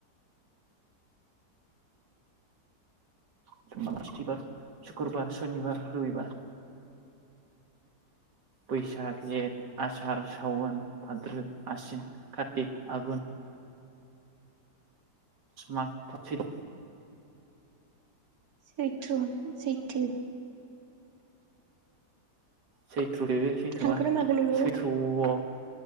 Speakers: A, on the right; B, on the right.
A: <unintelligible> बार सुक्र'बार सनिबार रुबिबार बैसाग जेठ आसार सावन भाद्रो आसिन कार्तिक आघुन माग फाथिल
B: सैथ्र' सैथो
A: सैथ्र सैथ्र
B: थांखो
A: नङा
B: ना माखो नोङो
A: सैथ्रआव